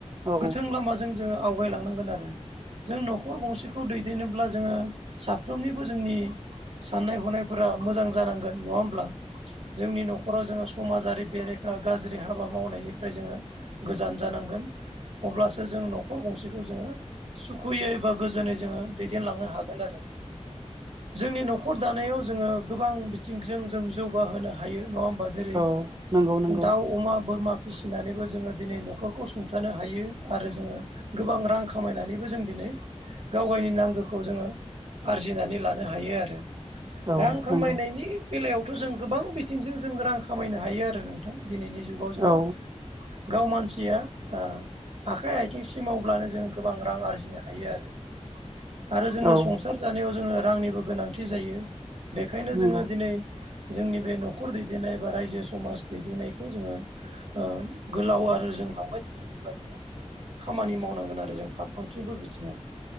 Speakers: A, on the right; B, on the right.
A: औ
B: गोथों लामाजों जोङो आवगायलांनांगोन आरो जों न'खर गंसेखौ दैदेनोबब्ला जोङो साफ्रोमनिबो जोंनि साननाय हनायफोरा मोजां जानांगोन नङा होमब्ला जोंनि न'खराव जोङो समाजारि बेरेखा गाज्रि हाबा मावनायनिफ्राय जोङो गोजान जानांगोन अब्लासो जों न'खर गंसेखौ जोङो सुखुयै बा गोजोनै जोङो दैदेनलांनो हागोन आरो जोंनि न'खर दानायाव जोङो गोबां बिथिंजों जों जौगाहोनो हायो नङा होमबा जेरै
A: औ नंगौ नंगौ
B: दाउ अमा बोरमा फिसिनानैबो जोङो दिनै न'खरखौ सुंथानो हायो आरो जोङो गोबां रां खामायनानैबो जों दिनै गावगायनि नांगौ खाै जोंङो आरजिना लानो हायो आरो
A: औ
B: रां खामायनायनि
A: नंगौ
B: बेलायावथ' जों गोबां बिथिंजों जों रां खामायनो हायो आ नोंथां दिनैनि जुगाव जोङो
A: औ
B: गाव मानसिया आ ओ आखाइ आथिं सिमावब्लानो जों गोबां रां आरजिनो हायो आरो आरो जोंनो
A: औ
B: सं हासार जानायाव जोङो रांनिबो गोनांथि जायो बेखायनो
A: नंगौ
B: जोङो दिनै जोंनि बे न'खर दैदेननाय बा रायजो समाज दैदेननायखौ जोङो ओ गोलाव आरो जों लांबाय थानांगौब्ला जोङो खामानि मावनांगोन आरो जों फारफ्रोमथिंबो बिथिङाव